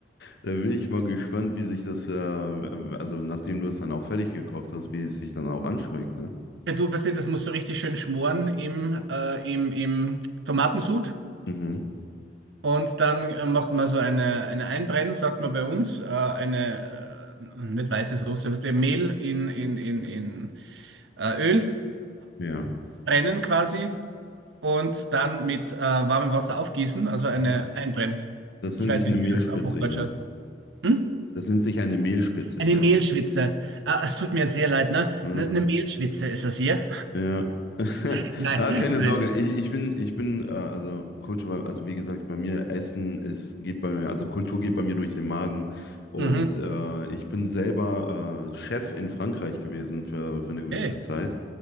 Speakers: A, on the left (about 65°); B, on the right (about 85°).
A: Da bin ich mal gespannt, wie sich das, äh, also nachdem du es dann auch fertig gekocht hast, wie es sich dann auch anschmeckt. Ne?
B: Ja, du weißt ja, das muss so richtig schön schmoren im, äh, im, im Tomatensud.
A: Mhm.
B: Und dann äh, macht man so eine, eine Einbrennen, sagt man bei uns, äh, eine äh, nicht weiße Soße, was der Mehl in, in, in, in äh, Öl
A: Ja,
B: abbrennen quasi und dann mit äh, warmem Wasser aufgießen, also eine
A: ja.
B: Einbrennen.
A: Das
B: Ich
A: nennt
B: weiß
A: sich eine
B: nicht,
A: Mehlspitze
B: wie das auf Hochdeutsch
A: hier.
B: heißt. Hm?
A: Das nennt sich eine Mehlspitze
B: Eine
A: hier.
B: Mehlschwitze. Ah, es tut mir sehr leid, ne?
A: Mhm.
B: Ne- Eine Mehlschwitze ist das hier?
A: Ja. <laughs>
B: <laughs> Nein,
A: Ah, keine
B: nein.
A: Sorge. Ich, ich bin, ich bin, äh, also Kultur, also wie gesagt, bei mir Essen ist, geht bei mir, also Kultur geht bei mir durch den Magen. Und
B: Mhm.
A: äh, ich bin selber äh, Chef in Frankreich gewesen für, für eine gewisse
B: Hey,
A: Zeit.